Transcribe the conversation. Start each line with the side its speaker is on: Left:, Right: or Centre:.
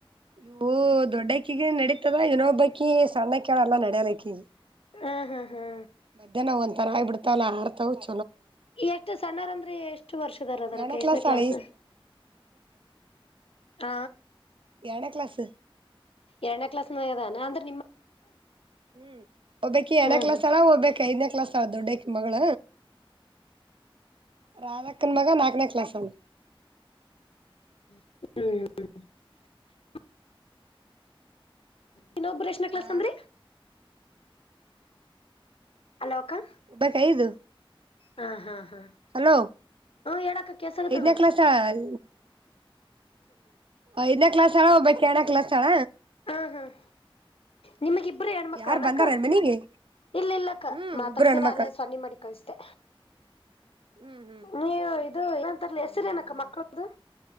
Right: ಇವು ದೊಡ್ಡಕ್ಕಿಗೆ ನಡೀತದ ಇನ್ನೊಬ್ಬಕಿ ಸಣ್ಣಕೀ ಅದಲ್ಲಲ್ಲ ನಡಿಯಲ್ಲ ಅಕಿಗಿ.
Left: ಹ ಹಾ ಹಾ
Right: ಮಧ್ಯಾಹ್ನ್ ಒಂದ್ ತರಾ ಆಗಿ ಬಿಡ್ತಾವಲ್ಲ ಆರ್ತವ -
Left: ಎಷ್ಟು ಸಣ್ಣರ್ಂದ್ರೆ ಎಷ್ಟ - ಎಷ್ಟು ವರ್ಷದವರ ಆದಾರ
Right: ಎರಡನೇ
Left: ಅಕ್ಕ ಎಷ್ಟನೇ ಕ್ಲಾಸ್
Right: ಆಳ
Left: ಹ
Right: ಯಾಡ ಕ್ಲಾಸ್
Left: ಎರಡೇ ಕ್ಲಾಸ್ದಾನ ಅದಾಳನ ಅಂದ್ರ -
Right: ಹ್ಮ್ ಒಬ್ಬಕ್ಕಿ ಯಾರ್ಡ್ನೆ
Left: ಹ್ಮ್
Right: ಕ್ಲಾಸ್
Left: ಹ್ಮ್
Right: ಅದಾಳ ಒಬ್ಬಕೀ ಐದನೇ ಕ್ಲಾಸ್ ಹ ದೊಡ್ಡಕಿ ಮಗಳ ರಾಧಕ್ಕನ ಮಗ ನಾಲ್ಕೇ ಕ್ಲಾಸ್ ಅಂತ.
Left: ಹ್ಮ. ಇನ್ನೊಬ್ಬರ ಎಷ್ಟನೇ ಕ್ಲಾಸ್
Right: ಆ
Left: ಅಂದ್ರಿ. ಹಲೋ ಅಕ್ಕಾ.
Right: ಒಬ್ಬಕ್ಕಿ ಐದು.
Left: ಹ ಹಾ ಹಾ
Right: ಹಲೋ
Left: ಹೇಳ್ ಅಕ್ಕ ಕೆಲ್ಸಕತ್ತದ.
Right: ಐದನೇ ಕ್ಲಾಸ್ ಆಳ ಐದ್ನೇ ಕ್ಲಾಸ್ ಅಳ ಒಬ್ಬಕಿ ಯಾಡ್ನೇ ಕ್ಲಾಸ್ ಅಳ.
Left: ಹ್ಮ ಹ್ಮ್ ನಿಮಗ ಇಬ್ಬರು ಹೆಣ್ಮಕ್ಳನಕ್ಕ?
Right: ಯಾರ್ ಬಂದಾರೇನ್ ಮನಿಗೆ
Left: ಇಲ್ಲ ಇಲ್ಲಕ್ಕ
Right: ಹ್ಮ್
Left: ಮಾತಾಡ್ಸಿರ
Right: ಇಬ್ರು ಹೆಣ್ಮಕ್ಕಳು
Left: ಅಲ್ಲೇ ಸ್ವನ್ನಿ ಮಾಡ ಕಲ್ಸಿದೆ.
Right: ಹ್ಮ್ ಹ್ಮ್
Left: ನೀವ ಇದು ಅಂತಾರ ಅಲಾ ಹೆಸರ ಏನಕ್ಕ ಮಕ್ಕಳದು.